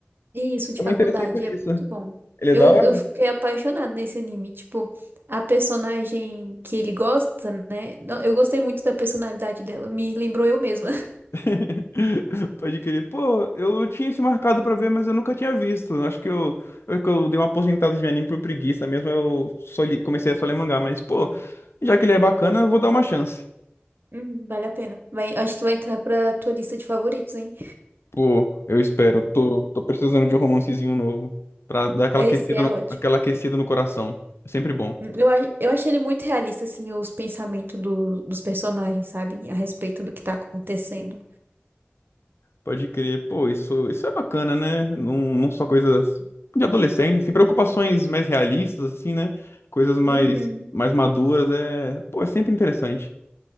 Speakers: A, on the right; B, on the left.
A: Isso, de
B: Eu
A: faculdade.
B: me interessei por
A: É
B: isso.
A: muito bom.
B: Ele é
A: Eu,
B: da hora?
A: eu fiquei apaixonada nesse anime. Tipo, a personagem que ele gosta, né? Não, Eu gostei muito da personalidade dela. Me lembrou eu mesma. <laughs>
B: <laughs> Pode crer. Pô, eu tinha isso marcado pra ver, mas eu nunca tinha visto. Acho que eu, eu, que eu dei uma aposentada de anime por preguiça mesmo. Eu só li- comecei a só ler mangá, mas, pô, já que ele é bacana, eu vou dar uma chance.
A: Uhum, vale a pena. Vai, acho que vai entrar pra tua lista de favoritos, hein?
B: Pô, eu espero. Tô, tô precisando de um romancezinho novo. Pra dar aquela
A: Esse
B: aquecida
A: é
B: no,
A: ótimo.
B: aquela aquecida no coração. É sempre bom.
A: Eu, a- eu achei ele muito realista, assim, os pensamentos do- dos personagens, sabe? A respeito do que tá acontecendo.
B: Pode crer. Pô, isso, isso é bacana, né? Não, não só coisas de adolescente, assim, preocupações mais realistas, assim, né? Coisas mais,
A: Uhum.
B: mais maduras. É, pô, é sempre interessante.